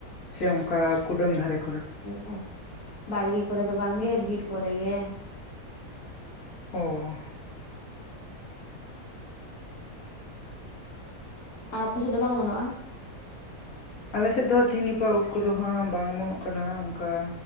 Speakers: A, on the left (about 65°); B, on the left (about 80°).
A: ᱥᱮ ᱚᱝᱠᱟ ᱠᱩᱰᱟᱹᱢ ᱫᱷᱟᱨᱮ ᱠᱚᱨᱮ?
B: ᱦᱩᱸ, ᱵᱟᱲᱜᱮ ᱠᱚᱨᱮ ᱫᱚ ᱵᱟᱝᱜᱮ ᱵᱤᱨ ᱠᱚᱨᱮ ᱜᱮ᱾
A: ᱚᱻ
B: ᱟᱨ ᱟᱯᱮ ᱥᱮᱫ ᱫᱚ ᱵᱟᱝ ᱚᱢᱚᱱᱚᱜ-ᱟ?
A: ᱟᱞᱮ ᱥᱮᱫ ᱫᱚ ᱦᱟᱸᱜ ᱛᱤᱦᱤᱧ ᱜᱟᱯᱟ ᱩᱫ ᱠᱚᱫᱚ ᱦᱟᱸᱜ ᱵᱟᱝ ᱚᱢᱚᱱᱚᱜ ᱠᱟᱱᱟ ᱚᱝᱠᱟ᱾